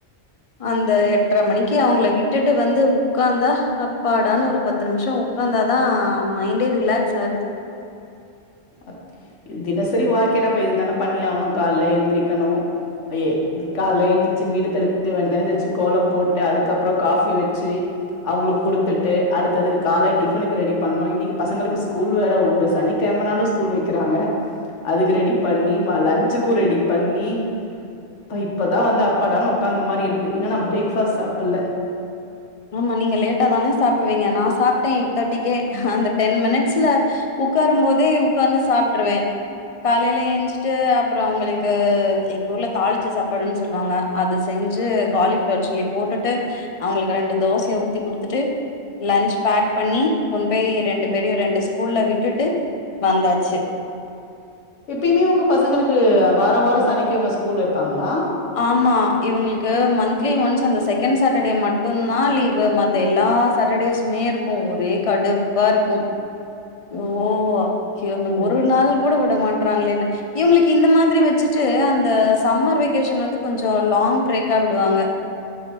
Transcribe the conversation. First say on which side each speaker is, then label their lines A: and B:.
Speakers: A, on the left (about 40°); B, on the left (about 80°).
A: அந்த எட்ரை மணிக்கு அவங்கள வீட் விட்டுட்டு வந்து உக்காந்தா அப்பாடான்னு ஒரு பத்து நிமிஷ உக்காந்தாதா மைண் டே ரிலாக்ஸ் ஆகுது
B: அ தினசரி வாழ்க்கடப்ப இதுதானே பண்ணி ஆகணு கால்ல எந்திரிக்கணு ஐயே காலைல எழுந்திச்சு வீடு தெளித்து தண்ணி தெளிச்சு கோலம் போட்டு அதுக்கப்பற காபி வச்சு அவங்களுக்கு கொடுத்துட்டு அடுத்ததுக்கு கால டிஃபனுக்கு ரெடி பண்ணு இன்னைக்கு பசங்களுக்கு ஸ்கூல் வேற உண்டு சனி கெம நாலு ஸ்கூல் வைக்கிறாங்க அதுக்கு ரெடி பண்ணி ம லஞ்சுக்கு ரெடி பண்ணி இப்ப இப்பதா வந்து அப்பாடான்னு உக்காந்த மாரி இருக்கு இன்னு நா பிரேக்ஃபாஸ்ட் சாப்பல்ல
A: ஆமா நீங்க லேட்டா தான சாப்டுவீங்க நா சாப்ட்டே எயிட் தேர்டிக்கே அந்த டென் மினிட்ஸ்ல உக்காரும் போதே உக்காந்து சாப்ட்டுருவே காலையில ஏஞ்சிட்டு அப்பற அவங்களுக்கு எங்க ஊர்ல தாளிச்ச சாப்பாடுன்னு சொல்லுவாங்க அது செஞ்சு காலிஃப்ளவர் சில்லி போட்டுட்டு அவங்களுக்கு ரெண்டு தோசையை ஊத்தி குடுத்துட்டு லன்ச் பேக் பண்ணி கொண் போய் ரெண்டு பேரையு ரெண்டு ஸ்கூல்ல விட்டுட்டு வந்தாச்சு
B: எப்பயுமே உங்க பசங்களுக்கு வார வார சனிக்கிழமை ஸ்கூல் வைப்பாங்களா
A: ஆமா இவங்களுக்கு மந்த்லி ஒன்ஸ் அந்த செகண்ட் சேட்டர்டே மட்டுந்தா லீவு மத் எல்லா சேட்டர்டேஸுமே இருக்கு ஒரே கடுப்பா இருக்கு ஓ யோ அந்து
B: ஓ
A: ஒரு நாள் கூட விட மாட்டறாங்களேன்னு இவங்களுக்கு இந்த மாதிரி வச்சுட்டு அந்த சம்மர் வெக் கேஷன் வந்து கொஞ்ச லாங் ப்ரேக்கா விடுவாங்க